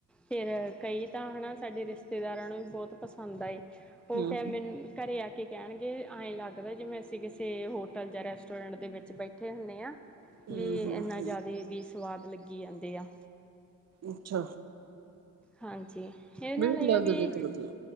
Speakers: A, in the centre; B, on the right.
A: ਫੇਰ ਕਈ ਤਾਂ ਹਨਾ ਸਾਡੇ ਰਿਸ਼ਤੇਦਾਰਾਂ ਨੂੰ ਵੀ ਬੌਤ ਪਸੰਦ ਆਏ ਓ
B: ਹੂੰ
A: ਕੈ ਮੇਨੂੰ ਘਰੇ ਆ ਕੇ ਕੈਣਗੇ ਐ ਲੱਗਦਾ ਜੀਵੇਂ ਅਸੀਂ ਕੀਸੇ ਹੋਟਲ ਜਾਂ ਰੈਸਟ ਟੋਰੈਂਟ ਦੇ ਵਿੱਚ ਬੈਠੇ ਹੁਣੇ ਆ
B: ਹੂੰ
A: ਵੀ
B: ਹੂੰ
A: ਐਨਾ
B: ਹੂੰ
A: ਜਾਦੇ ਵੀ ਸਵਾਦ ਲੱਗੀ ਜਾਂਦੇ ਆ।
B: ਅੱਛਾ।
A: ਹਾਂਜੀ, ਏਦੇ ਨਾਲ
B: ਮੈਨੂੰ
A: ਏ
B: ਲੱਗਦੇ
A: ਵੀ,
B: ਤਾਂ ਵਧੀਆ